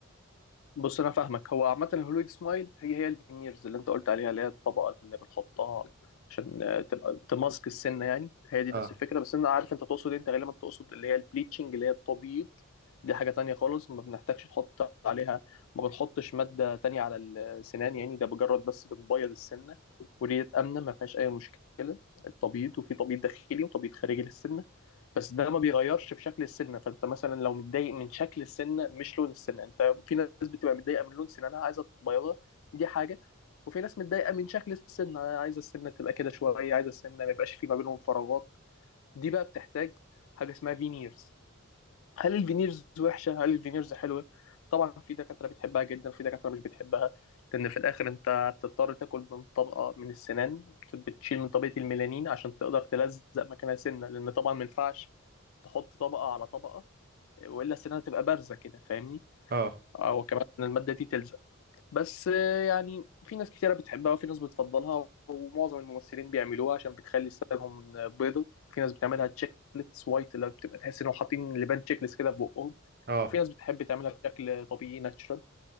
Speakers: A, on the left; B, on the right.
A: بص انا فاهمك هو عامه الهولويد سمايل هي هي الفينيرز اللي انت قلت عليها اللي هي الطبقه اللي بنحطها عشان آه، تبقى تماسك السنه يعني هي دي
B: اه
A: نفس الفكره بس انا عارف انت تقصد إيه، انت غالبا تقصد اللي هي البليتشنج اللي هي التبييض دي حاجه تانية خالص ما بنحتاجش نحط عليها ما بنحطش ماده تانية على السنان يعني ده مجرد بس بنبيض السنه ودي امنه ما فيهاش اي مشكله التبييض وفي تبييض داخلي وتبييض خارجي للسنه بس ده ما بيغيرش في شكل السنه فانت مثلا لو متضايق من شكل السنه مش لون السنه انت في ناس بتبقى متضايقه من لون سنانها عايزه تبيضها دي حاجه وفي ناس متضايقه من شكل السنه عايزه السنه تبقى كده شويه عايزه السنه ما يبقاش في ما بينهم فراغات دي بقى بتحتاج حاجه اسمها فينيرز هل الفينيرز وحشه هل الفينيرز حلوه طبعا في دكاتره بتحبها جدا في دكاتره مش بتحبها لان في الاخر انت بتضطر تاكل من طبقه من السنان بتشيل من طبقه الميلانين عشان تقدر تلزق مكانها سنه لان طبعا ما ينفعش تحط طبقه على طبقه والا السنان تبقى بارزه كده فاهمني
B: اه
A: او كمان إن الماده دي تلزق بس آه، يعني في ناس كتيرة بتحبها وفي ناس بتفضلها ومعظم الممثلين بيعملوها عشان بتخلي ستايلهم آه، بيضة في ناس بتعملها تشيك ليتس وايت اللي بتبقى تحس انهم حاطين لبان تشيك ليست كده في بقهم
B: اه
A: في ناس بتحب تعملها بشكل طبيعي ناتشرال